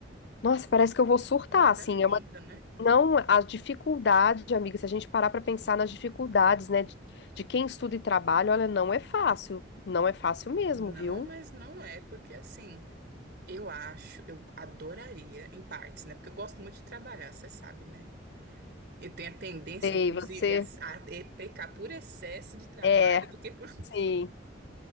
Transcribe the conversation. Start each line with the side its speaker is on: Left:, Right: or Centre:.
Left: nossa, parece que eu vou surtar,
Right: Não vai
Left: assim.
Right: dar conta,
Left: É uma...
Right: né?
Left: Não, a dificuldade, amiga, se a gente parar pra pensar nas dificuldades, né, de de quem estuda e trabalha, olha, não é fácil. Não é fácil mesmo,
Right: Não,
Left: viu?
Right: mas não é, porque assim, eu acho, eu adoraria, em partes, né? Porque eu gosto muito de trabalhar, você sabe, né? Eu tenho a tendência,
Left: Sei,
Right: inclusive,
Left: você
Right: a, a pecar por excesso de trabalho
Left: É,
Right: do que por.
Left: sim.